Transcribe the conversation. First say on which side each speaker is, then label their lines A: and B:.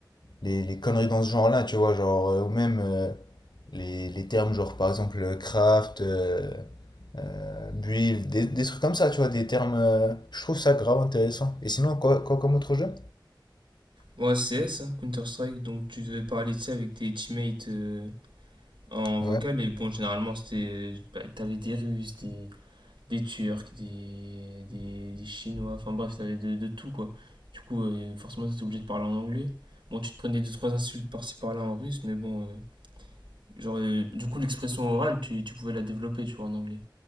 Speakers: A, on the left; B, on the right.
A: les, les conneries dans ce genre-là, tu vois, genre, euh, ou même euh, les, les termes genre par exemple euh, craft, euh, euh, build, des, des trucs comme ça, tu vois, des termes. euh, je trouve ça grave intéressant. Et sinon, quoi, quoi comme autre jeu?
B: Bon, CS, hein, Counter-Strike, donc tu devais parler de ça avec tes teammates euh, en vocal.
A: ouais
B: Et bon, généralement, c'était. euh, bah, t'avais des Russes, des des Turcs, des, des, des Chinois, enfin bref, t'avais de, de tout quoi. Du coup, euh, forcément, t'étais obligé de parler en anglais. Bon, tu te prenais deux, trois insultes par-ci par-là en russe, mais bon, euh, genre, euh, du coup, l'expression orale, tu, tu pouvais la développer, tu vois, en anglais.